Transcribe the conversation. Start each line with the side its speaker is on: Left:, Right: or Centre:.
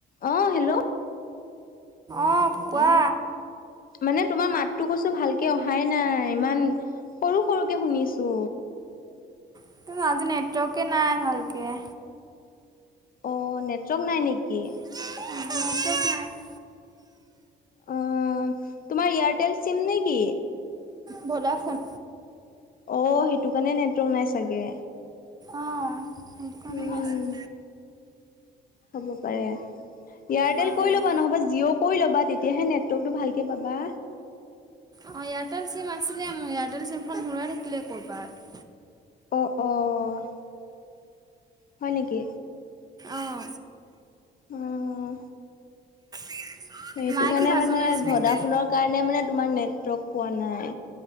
Left: অ', হেল্ল'!
Right: অ', কোৱা?
Left: মানে তোমাৰ মাততো কৈছো ভালকে অহাই নাই, ইমান সৰু-সৰুকে শুনিছো।
Right: <unintelligible> আজি নেটৱৰ্কে নাই ভালকে।
Left: অ', নেটৱৰ্ক নাই নেকি?
Right: <unintelligible>
Left: অ', তোমাৰ এয়াৰটেল চিম নে কি?
Right: ভডা ফোন।
Left: অ', সেইটো কাৰণে নেটৱৰ্ক নাই চাগে।
Right: অ', কৰণে
Left: উম
Right: নাই চাগে।
Left: হ'ব পাৰে, এয়াৰটেল
Right: অ',
Left: কৰি ল'বা, নহবা জিঅ' কৰি ল'বা তেতিয়াহে নেটৱৰ্কটো ভালকৈ পাবা।
Right: অঁ, এয়াৰটেল চিম আছিলে মোৰ, এয়াৰটেল চিমখন হৰুৱাই থাকিলে ক'ৰবাত।
Left: অ', অঁ'। হয় নেকি?
Right: আহ।
Left: অ'
Right: <inaudible>
Left: সেইটো
Right: মায়ে
Left: কাৰণে
Right: কি ভাত
Left: মানে
Right: বনাইছে
Left: ভদা
Right: নে কি?
Left: ফোনৰ কাৰণে মানে তোমাৰ নেটৱৰ্ক পোৱা নাই।